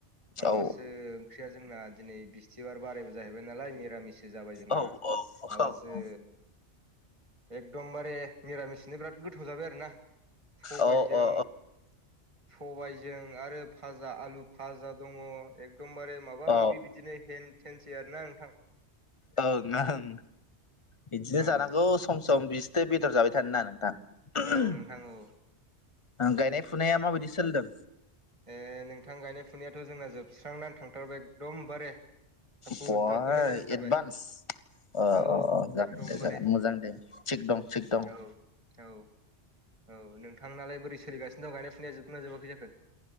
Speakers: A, on the right; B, on the left.
A: माबासो
B: औ
A: ओंख्रिया जोंना दिनै बिस्थिबार बारायबो जाहैबाय नालाय मिरामिस जाबाय जोंना
B: औ औ
A: माबासो एकदमबारे मिरामिसजोंनो बिराद गोथाव जाबाय आरो ना सबायजों
B: औ अ
A: सबाइजों आरो फाजा आलु फाजा दङ एकदमबारे माबा
B: अ
A: माबि बिदिनो हेन थेनसै आरोना नोंथां
B: ओ नाहों बिदिनो
A: औ
B: जानांगौ सम सम बिसिथो बेदर जाबाय थानो ना नोंथां।
A: औ औ
B: गायनाय फुनाया माबायदि सोलिदों।
A: ए नोंथां गायनाय फुनायाथ' जोंना जोबस्रांनान थांथारबाय एकदमबारे हाखु
B: बाह
A: दाखुयैनो फोजोबथारबाय
B: एडभान्स अ अ
A: औ
B: अ जागोन
A: एकदमबारे
B: दे जागोन मोजां दे थिग दं थिग दं।
A: औ औ औ नोंथांनालाय बोरै सोलिगासिनो दं गायनाय फुनाया जोबदों ना जोबाखै जाखो?